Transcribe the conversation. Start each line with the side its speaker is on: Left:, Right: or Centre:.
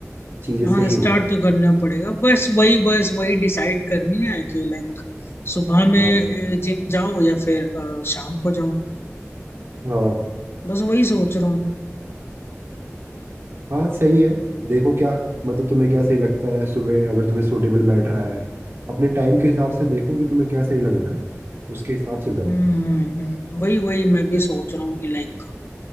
Right: चीजें
Left: हाँ
Right: सही
Left: स्टार्ट
Right: हो
Left: तो करना पड़ेगा बस वही बस वही डिसाइड करनी है कि लाइक सुबह में
Right: हाँ
Left: जिम जाऊं या फिर अ, शाम को
Right: हाँ
Left: बस वही सोच रहा हूँ
Right: हाँ सही है देखो क्या मतलब तुम्हें क्या सही लगता है सुबह अगर तुम्हें सूटेबल बैठ रहा है अपने टाइम के हिसाब से देखो कि तुम्हें क्या सही लग रहा है उसके हिसाब से
Left: हम्म
Right: जाओ
Left: हम्म, वही वही मैं भी सोच रहा हूँ कि लाइक